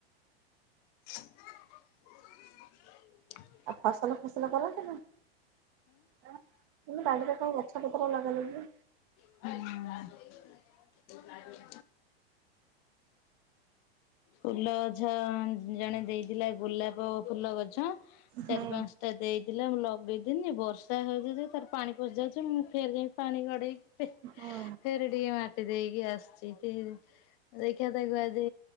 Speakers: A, on the left; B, on the right.
A: <inaudible>
B: ଆଉ ଫସଲ ଫସଲ କରନ୍ତି ନା। ତମେ ବାଡିରେ କଣ ଗଛପତ୍ର ଲଗାଲଗି
A: ହୁଁ। <inaudible> ଫୁଲ ଗଛ ଜଣେ ଦେଇଥିଲା। ଗୋଲାପ ଫୁଲ ଗଛ
B: ହୁଁ
A: ଚାରି ପାଞ୍ଚ ତ ଦେଇଥିଲା ମୁଁ ଲଗେଇଦିନି। ବର୍ଷା ହେଉଛି ତାର ପାଣି ପଶି ଯାଉଛି। ମୁଁ ଫେରି ଯାଇକି ପାଣି ଗଡେଇକି
B: ହୁଁ
A: ଫେରେ ଟିକେ ମାଟି ଦେଇକି ଆସୁଛି। ଦେଖିବା ତାକୁ ଆଜି